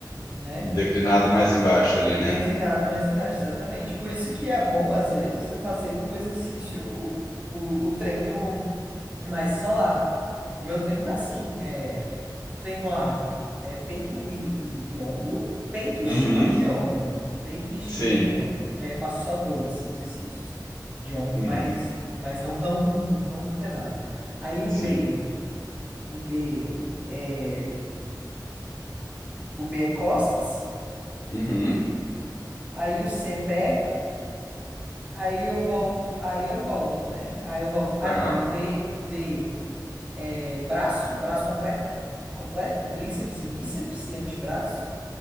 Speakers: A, on the right; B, on the left.
A: né?
B: um declinado mais embaixo ali,
A: O
B: né?
A: declinado mais embaixo, exatamente. Por isso que é bom, às vezes, você fazer o exercício, o, o, o treino mais isolado. O meu treino tá assim, é, treino A é peito e, e, e ombro, peito e
B: Uhum,
A: estímulo de ombro, peito e estímulo
B: sim.
A: de ombro, que aí eu faço só dois exercícios de ombro,
B: Uhum,
A: mas, mas não tão, não muito pesado. Aí o
B: sim.
A: B, o B é, o B é costas,
B: Uhum,
A: aí o C é perna, aí eu volto, aí eu volto, né? Aí eu volto, ah
B: aham,
A: não, e o D, o D é, braço, braço completo, completo, tríceps e bíceps e antebraço.